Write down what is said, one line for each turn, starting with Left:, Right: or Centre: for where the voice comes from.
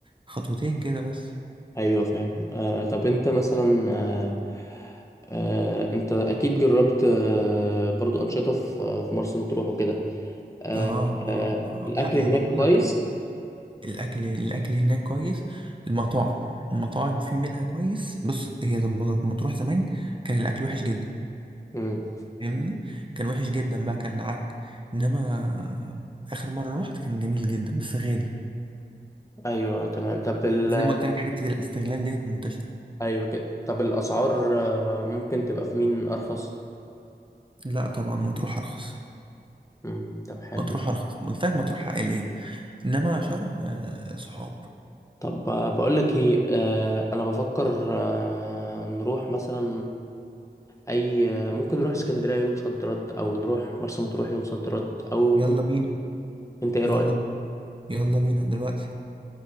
Right: خطوتين كده بس
Left: ايوه فاهم آه طب انت مثلا آه آه انت اكيد جربت آه برضو انشطه في في مرسى مطروح وكده آه
Right: اه اه
Left: آه
Right: آه.
Left: الاكل
Right: لا
Left: هناك
Right: ما بقولك
Left: كويس
Right: الأكل الأكل هناك كويس المطاعم المطاعم في منها كويس بص هي لما لما تروح زمان كان الأكل وحش جدا
Left: مم.
Right: فاهمني كان وحش جدا بقى كان عك انما اخر مره رحت كان جميل جدا بس غالي
Left: ايوه تمام طب ال...
Right: زي ما قلت لك حته الاستغلال ديت منتشره
Left: ايوه كده طب الاسعار آه ممكن تبقى في مين ارخص
Right: لا طبعا مطروح ارخص
Left: مم. طب حلو
Right: مطروح ارخص قلت لك مطروح عائليه انما شرم آه، صحاب
Left: طب آه، بقول لك ايه آه انا بفكر آه نروح مثلا اي ممكن نروح اسكندريه يوم صد رد او نروح مرسى مطروح يوم صد رد او
Right: يلا بينا
Left: انت ايه رايك
Right: يلا يلا بينا دلوقتي